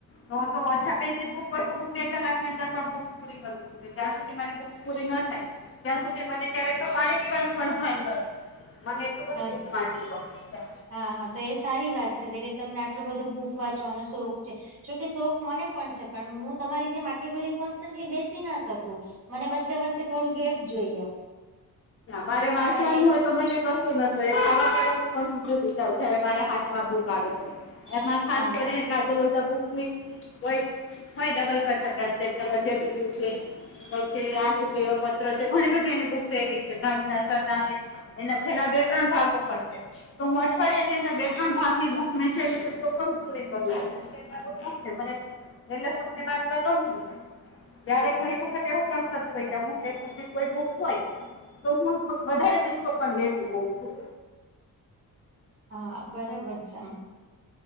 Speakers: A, on the left (about 40°); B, on the right (about 40°).
A: તો જો ઓછા પેજ ની બુક હોય તો હું બે કલાક ની અંદર પણ બુક પૂરી કરું છું. જ્યા સુધી મારી બુક પૂરી ના થાય ત્યાં સુધી મને ક્યારેક તો પાણી પીવાનું પણ ભાન નથી એટલું મને બધું
B: અચ્છા.
A: બુક્સ વાંચવું ગમે છે
B: હા હા તો એ સારી વાત છે કે તમને આટલો બધો બુક વાંચવાનો શોખ છે. જોકે શોખ મને પણ છે પણ હું તમારી જેમ આટલી બધી કોનસટલી બેસી ના શકું મને વચ્ચે વચ્ચે થોડું ગેપ જોઈએ.
A: મારે
B: પણ
A: વાંચવાનું
B: એ
A: હોત તો મને કશું ના જો ખાવા પીવાનું પણ હુ ભુલી જાવ જયારે મારે હાથમાં બુક આવે તો એમાં ખાસ
B: હા
A: કરી કા બુક્સ ની હોય હોય ડબલ કથાકાર જેમ કે મધ્ય બિંદુ છે. પછી આ શુભવા પત્ર છે ઘણી બધી એની બુક્સ એવી છે સાધનાસર નામે. એના જેના બે ત્રણ ભાગો પ છે તો હું અઠવાડિયા ની અંદર બે ત્રણ ભાગ ની બુકચ તો પણ હું પૂરી કરું કે <unintelligible> મારું થશે મને પેલા સપને વાચવા ગમે છે. ત્યારે ઘણી વખત એવું પણ થતું હોય કે અમુક લેખક ની કોઈ બુક હોય તો હું વધારે દિવસો પણ લેત હોઉં છું.
B: હા બરાબર છે.